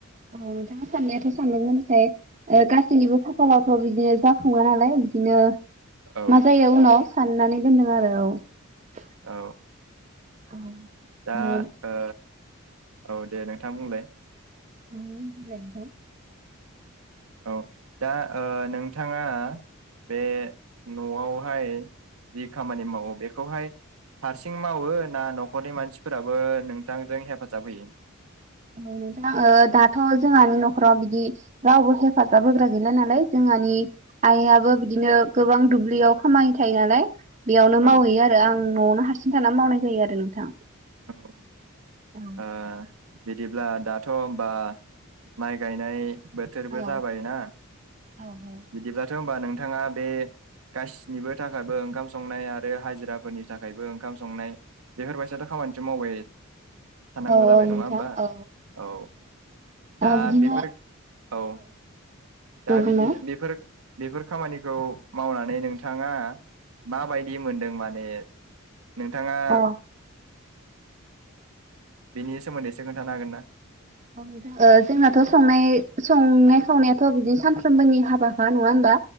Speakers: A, on the right; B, on the right.
A: औ नोंथाङा साननायाथ' सानदोंमोन नाथाय ओ गासैनिबो खाफालावथ' बिदिनो जाखाफुङा नालाय बिदिनो।
B: औ
A: मा जायो उनाव। साननानै दोनदों आरो औ।
B: औ।
A: औ।
B: दा
A: औ
B: ओ औ दे नोंथां बुंलाय।
A: थाबनो लेंहर।
B: औ दा ओ नोंथाङा बे न'आवहाय। जि खामानि मावो बेखौहाय। हारसिं मावो ना न'खरनि मानसिफोराबो नोंथांजों हेफाजाब होयो?
A: नो नोंथां ओ दाथ' जोंहानि न'खराव बिदि रावबो हेफाजाब होग्रा गैला नालाय जोंहानि आइयाबो बिदिनो गोबां दुब्लियाव खामानि थायो नालाय। बेयावनो
B: औ
A: मावहैयो आरो आं न'आवनो। हारसिं थाना मावनाय जायो आरो नोंथां।
B: औ।
A: औ
B: ओ बिदिब्ला दाथ' होमबा माइ गायनाय। बोथोरबो
A: औ
B: जाबाय ना
A: औ
B: बिदिब्लाथ'। <unintelligible> नोंथाङा बे गासिनिबो थाखायबो ओंखाम संनाय आरो हाजिराफोरनि थाखायबो ओंखाम संनाय बेफोरबायसयाथ' खामानिथ मावबाय। थनांगौ
A: औ
B: जाबाय
A: औ
B: नङा
A: नोंथां
B: होमबा
A: औ
B: औ दा
A: ओ बिदिनो
B: बेफोर औ
A: दे
B: दा
A: बुंनाय
B: बिदिनो बेफोर। बेफोर खामानिखौ मावनानै नोंथाङा माबायदि मोनदों माने? नोंथाङा।
A: औ
B: बेनि सोमोन्दै एसे खोन्थानो हागोन ना?
A: ओ जोंनाथ' संनाय संनाय खावनायाथ' बिदिनो सानफ्रोमबोनि हाबाखा नङा होनबा?